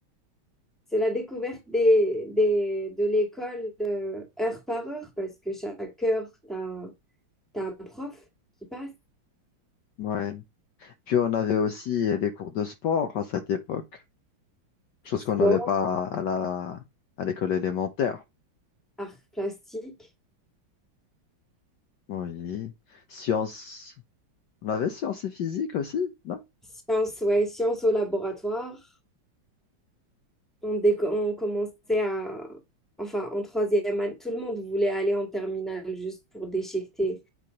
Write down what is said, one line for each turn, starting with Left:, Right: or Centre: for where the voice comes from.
Centre: c'est la découverte des, des- de l'école euh, heure par heure, parce que chaque heure, tu as, un t'as un prof qui passe.
Left: Ouais. Puis on avait aussi euh, les cours de sport à cette époque, chose qu'on
Centre: Sport,
Left: n'avait pas à la à l'école élémentaire.
Centre: art plastique,
Left: Oui. Sciences. On avait sciences et physique aussi, non?
Centre: sciences, ouais, sciences au laboratoire. On, déco- on commençait à... Enfin, en troisième année, tout le monde voulait aller en terminale juste pour déchiqueter